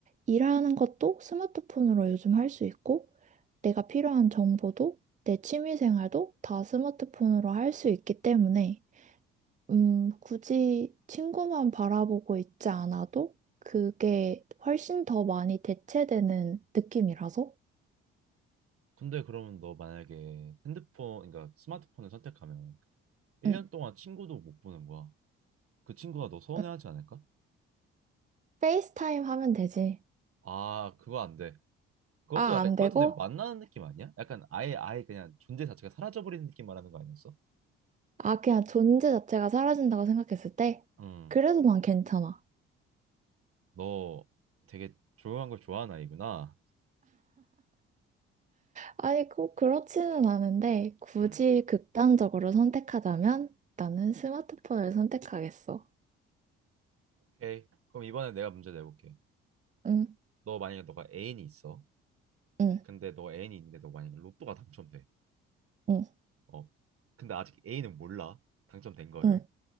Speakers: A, on the right (about 25°); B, on the right (about 50°).
A: 일하는 것도 스마트폰으로 요즘 할 수 있고, 내가 필요한 정보도 내 취미 생활도 다 스마트폰으로 할 수 있기 때문에, 음, 굳이 친구만 바라보고 있지 않아도 그게 훨씬 더 많이 대체되는 느낌이라서,
B: 근데 그러면 너 만약에 핸드폰, 그러니까 스마트폰을 선택하면 1년
A: 응,
B: 동안 친구도 못 보는 거야. 그 친구가 너 서운해하지
A: 응.
B: 않을까?
A: 페이스타임 하면 되지.
B: 아, 그거 안 돼. 그것도
A: 아,
B: 약간
A: 안
B: 그것도
A: 되고?
B: 내 만나는 느낌 아니야? 약간 아예 아예 그냥 존재 자체가 사라져버리는 느낌 말하는 거 아니었어?
A: 아, 그냥 존재 자체가 사라진다고 생각했을 때?
B: 음,
A: 그래도 난 괜찮아.
B: 너 되게 조용한 걸 좋아하는 아이구나.
A: 아니, 꼭 그렇지는 않은데, 굳이
B: 음,
A: 극단적으로 선택하자면 나는 스마트폰을 선택하겠어.
B: 오케이. 그럼 이번에 내가 문제 내볼게.
A: 응,
B: 너 만약에 너가 애인이 있어.
A: 응,
B: 근데 너가 애인이 있는데 너 만약에 로또가 당첨돼.
A: 응,
B: 어. 근데 아직 애인은 몰라. 당첨된 거를.
A: 응,